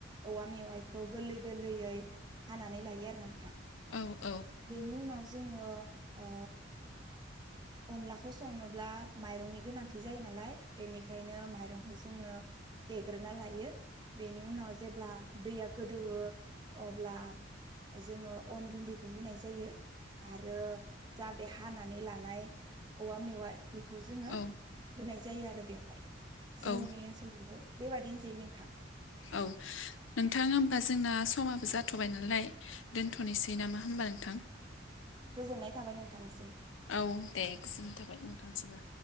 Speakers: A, on the right; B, on the left.
A: औवा मेवाइखौ गोरलै-गोरलैयै हानानै लायो आरो नोंथां।
B: औ औ
A: बेनि उनाव जोङो अ अ अनलाखौ संनोब्ला माइरंनि गोनांथि जायो नालाय बेनिखायनो माइरंखौ जोङो देग्रोना लायो। बेनि उनाव जेब्ला दैया गोदौवो अब्ला जोङो अन गुन्दैखौ होनाय जायो आरो जा बे हानानै लानाय औवा मेवाइ बेखौ जोङो
B: औ औ
A: होनाय जायो आरो बेवहाय। जोंनि
B: औ
A: ओनसोलाव बेबादिनो जायो नोंथां।
B: औ नों थां होमबा जोंना समाबो जाथबाय नालाय दोनथनोसै नामा होमबा नोंथां?
A: गोजोननाय थाबाय नोंथांनिसिम।
B: औ दे गोजोननाय थाबाय नोंथांनिसिमबो।